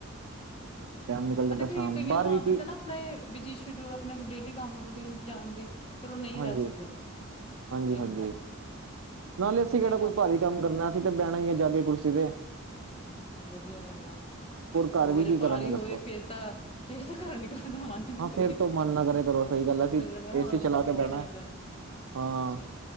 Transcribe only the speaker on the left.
ਹਮ
ਪਤਾ
ਕੀ,
ਕਈਆਂ
ਨੂੰ ਆਦਤ
ਐ ਨਾ ਆਪਣੇ ਬੀਜੀ ਸ਼ੂਡੇਅ ਆਪਣੇ ਡੇਲੀ ਡੇਲੀ ਕੰਮ ਰੂਟੀਨ ਜਾਣ ਦੀ। ਉਹ ਨਹੀਂ ਰਹਿ
ਸਕਦੇ
ਇਹ ਹੁੰਦਾ ਵਾ ਹਾਂ
ਵਧੀਆ
ਗੱਲ
ਆ
ਹਮ, ਵਧੀਆ ਗੱਲ ਆ।
ਹੋਰ
ਜੇ
ਭਾਰੀ
ਹੀ ਹੋਵੇ,
ਫੇਰ ਤਾਂ ਫੇਰ ਤਾਂ ਘਰੋਂ ਨਿਕਲਣ ਦਾ ਮਨ ਹੀ ਨਾ
ਕਰੇ।
ਫੇਰ ਨਾ
ਹੁਣ
ਬੋਰ
ਹੋ ਜਾਂਦਾ
ਅੱਛਾ